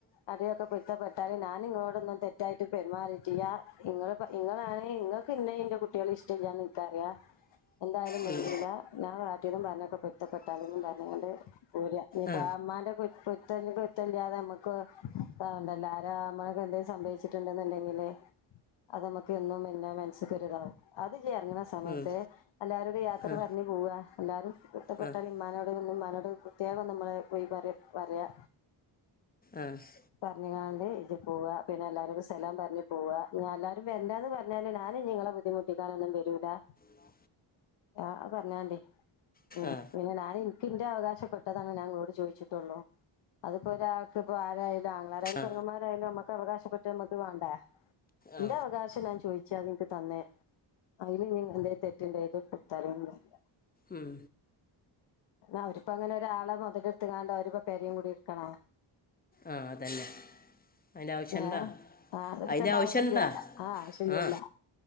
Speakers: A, on the left; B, on the left.
A: അടിയൊക്കെ പൊരുത്തപ്പെട്ടാളി ഞാൻ നിങ്ങളോടൊന്നും തെറ്റായിട്ട് പെരുമാറിയിട്ടില്ല ഇങ്ങളിപ്പൊ ഇങ്ങളാണ് ഇങ്ങക് ക്ക് ഇന്നെ ഇന്റെ കുട്ടിയോളിം ഇഷ്ട്ടയില്ലാന്നെനിക്കറിയ എന്തായാലും
B: ഉം.
A: വേണ്ടീല്ല ഞാൻ കാട്ടിയതും പറഞ്ഞൊക്കെ പെരുത്തപ്പെട്ടാലുംന്ന് പറഞ്ഞുകണ്ട് പോര പ്പാ
B: ആ
A: ഉമ്മാൻ്റെ പൊര് പൊരുത്തം പൊരുത്തല്ലാതെ ഞമ്മക്ക് <unintelligible> ല്ലോ ആരാ അമ്മളൊക്കെ എന്തെങ്കും സംഭവിച്ചിട്ടുണ്ടെന്നുണ്ടെങ്കില് അതമ്മക്ക് എന്നും പിന്നെ മനസ്സക്ക് ഒരുതാവും അത് ഇജ്ജ് ഇറങ്‌ണ സമയത്ത്
B: ഉം.
A: എല്ലാരോടും യാത്ര
B: ആ
A: പറഞ്ഞു പോവുക എല്ലാരും പൊരുത്തപ്പെട്ടാലും
B: ആ ആ
A: ഇമ്മാനോടും ഉമ്മാനോടും പ്രത്യേകം നമ്മള് പോയിപറിയാ പറയാ
B: ആഹ്
A: പറഞ്ഞുകാണ്ട് ഇജ് പോവാ പിന്നെ എല്ലാരോടും സലാം പറഞ്ഞ് പോവാ എല്ലാവരും വരണ്ടാന്ന് പറഞ്ഞാല് ഞാൻ ഇനി നിങ്ങളെ ബു ബുദ്ധിമുട്ടിക്കാനൊന്നും വരൂലാ
B: ലാ
A: ആഹ് അത് പറഞ്ഞാണ്ടി ഉം
B: ആ
A: പിന്നെ ഞാൻ എനിക്ക് ഇന്റെ അവകാശപ്പെട്ടതാണ് ഞാൻ ചോദിച്ചിട്ടുള്ളോ അതിപ്പോ ഒരാൾക്ക് ഇപ്പ ആരായാലും ആങ്ങളമാരായാലും
B: ആ
A: പെങ്ങമ്മാരായാലും യാലും നമ്മുക്ക് അവകാശപ്പെട്ടത് നമുക്ക് വേണ്ടേ എന്റെ
B: ആ
A: അവകാശം ഞാൻ ചോദിച്ചു അതെനിക്ക് തന്ന് അതില് ഇനി എന്റെ തെറ്റുണ്ടങ്കില് എനിക്ക് പുത്തരി ഒന്നുമില്ല
B: ഉം.
A: അവരിപ്പോ അങ്ങനെ ഒരാളെ മുതലെടുത്ത് കാണ്ട് അവരിപ്പോ പെരയും കുടിം എടുക്കണോ
B: ആഹ് അതന്നെ അതിൻ്റെ ആവശ്യമുണ്ടോ
A: ഏഹ് ആഹ് താന്നുകൊടുക്കേണ്ട
B: അതിൻ്റെ ആവശ്യമുണ്ടോ
A: ആവശ്യമില്ലല്ലോ ആഹ് ആവശ്യമില്ലല്ലോ
B: ആ